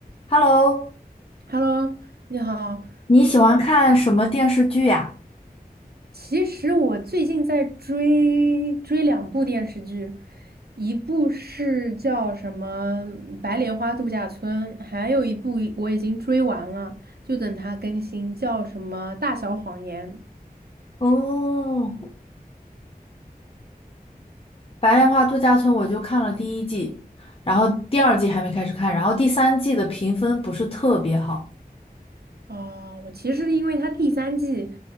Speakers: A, on the left; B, on the right.
A: Hello，
B: Hello，你好。
A: 你喜欢看什么电视剧呀？
B: 其实我最近在追追两部电视剧，一部是叫什么《白莲花度假村》，还有一部我已经追完了，就等它更新，叫什么《大小谎言》
A: 哦，白莲花度假村我就看了第一季，然后第二季还没开始看，然后第三季的评分不是特别好。
B: 啊、我其实因为它第三季